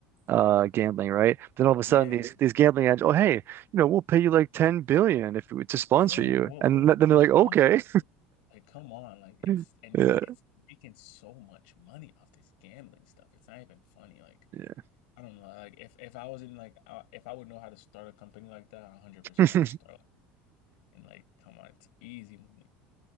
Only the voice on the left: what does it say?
Yeah,
Yeah,
what
what
what
just
also like come on, like it's
and
it's making so much money off this gambling stuff. It's not even funny. Like
I don't know, like if if I was in like uh, if I would know how to start a company like that, 100%
I would start like, and like come on, it's easy money.